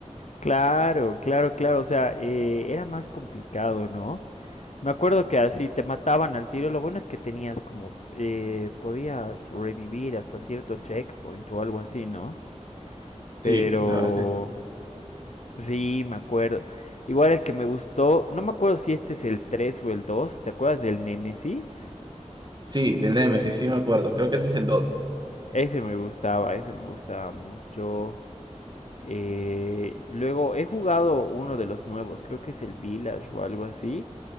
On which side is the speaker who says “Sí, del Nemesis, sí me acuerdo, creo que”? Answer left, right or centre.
Right